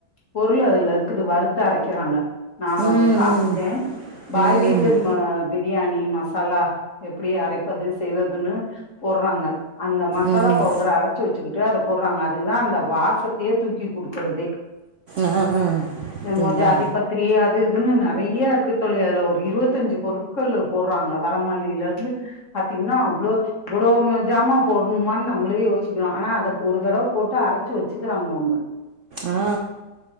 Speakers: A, on the left; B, on the right.
A: பொருள் அதுல இருக்குது வருத்து அரைக்குறாங்க நா வ
B: ம் ம்
A: பாத்துக்கே பாய்
B: ம்
A: வீட்டு வ பிரியாணி ம சாலா எப்டி அரை செய்வதுன்னு போட்றாங்க அந்த மசாலா
B: ம்
A: பவுடர
B: ம்
A: அரச்சு வெச்சுக்குட்டு அத போட்றாங்க அ தா அந்த வாசத்தையே தூக்கி குடுக்குறதே
B: ஆ ஆ அப்படிங்களா
A: நம்மொ ஜாதி பத்திரி அது இதுன்னு நெறய்ய இருக் க்கு தோலி அதுல ஒரு இருவத்தஞ்சு பொருட்கள் போறாங்க வரமல்லிலருந்து பத் தீங்கன்னா அவ்ளோ இவ்ளோனு ஜாமா போட்ணுமான்னு நம்மளே யோஸ்சிக்றோ ஆனா அத ஒரு தடவ போட்டு அரச்சு வெச்சுக்கிறாங்க அவுங்க
B: ஆ